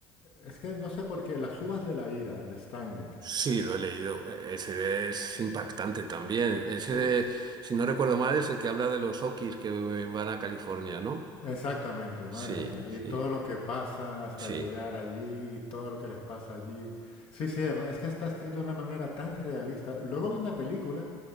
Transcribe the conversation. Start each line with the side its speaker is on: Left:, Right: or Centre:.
Left: es que no sé por qué, Las uvas de la ira de Steinbeck.
Right: Sí, lo he leído. E- Ese es impactante también. Ese,
Left: Pues,
Right: de- si no recuerdo mal, es el que habla de los Okis que van a California, ¿no?
Left: Exactamente, madre
Right: Sí,
Left: mía.
Right: sí,
Left: Y todo lo que pasa hasta
Right: sí,
Left: llegar allí y todo lo que les pasa allí. Sí, sí, em- es que está escrito de una manera tan realista. Luego vi una película